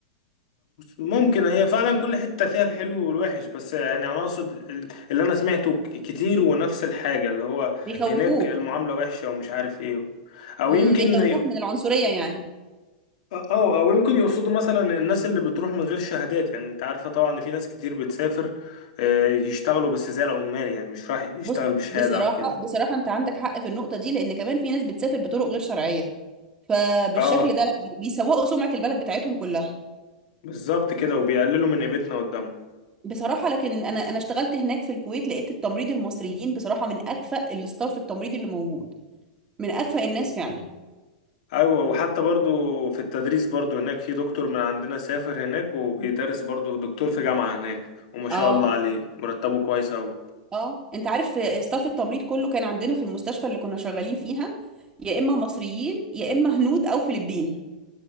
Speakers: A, on the left (about 65°); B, on the right (about 20°).
A: ممكن هي فعلا كل حتة فيها الحلو والوحش بس يعني انا اقصد ال- اللي انا سمعته ك- كتير ونفس الحاجة اللي هو
B: بيخوفوك
A: هناك المعاملة وحشة ومش عارف ايه او
B: امم
A: يمكن
B: بيخوفوك من العنصرية يعني
A: اه او يمكن يقصدوا مثلا الناس اللي بتروح من غير شهادات يعني انت عارفه طبعا ان في ناس كتير بتسافر آه، يشتغلوا بس زي العمال يعني مش راح يشتغل
B: بص
A: بشهاده
B: بصراحة
A: او كده
B: بصراحة انت عندك حق في النقطة دي لان كمان في ناس بتسافر بطرق غير شرعية فبالشكل
A: اه
B: ده لا بي- بيسوقوا سمعة البلد بتاعتهم كلها
A: بالظبط كده وبيقللوا من قيمتنا قدامهم
B: بصراحة لكن انا انا اشتغلت هناك في الكويت لقيت التمريض المصريين بصراحة من اكفأ الاستاف التمريض اللي موجود من اكفأ الناس
A: و-
B: فعلا
A: ايوه وحتى برضو في التدريس برضو هناك في دكتور من عندنا سافر هناك وبيدرس برضو دكتور في جامعه هناك وما شاء
B: اه
A: الله عليه مرتبه كويس اوي
B: اه انت عارف استاف التمريض كله كان عندنا في المستشفى اللي كنا شغالين فيها يا اما مصريين يا اما هنود او فلبين